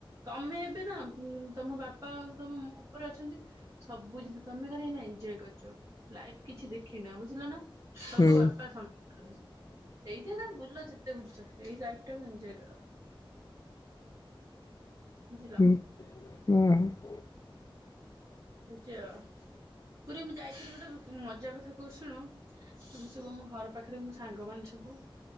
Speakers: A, on the right; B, on the left.
A: ତମେ ଏବେ ନା ଉଁ ତମ ବାପା ଆଉ ତମ <unintelligible> ଓପରେ ଅଛନ୍ତି। ସବୁ ଜିନିଷ ତମେ ଖାଲି ଏଇନା ଏନଜଏ କରୁଚ ଲାଇଫ କିଛି ଦେଖିନ ବୁଝିଲ ନା। ସବୁ
B: ହୁଁ
A: ବାପା ସମା ଏଇଥିରେ ତମେ ବୁଲ ଯେତେ ବୁଲୁଚ ଏଇ ଲାଇଫ ଟାକୁ ଏଞ୍ଜଏ କର। ବୁଝିଲ।
B: ହୁଁ ଉଁ ହୁଁ।
A: ଯାଉଚି ଆ ପୁରୀ ମୁଁ ଯାଇଥିଲି ଗୋଟେ ମଜା କଥା କହୁ ଶୁଣ। ଆମେ ସବୁ ଆମ ଘର ପାଖେରେ ମୋ ସାଙ୍ଗମାନେସବୁ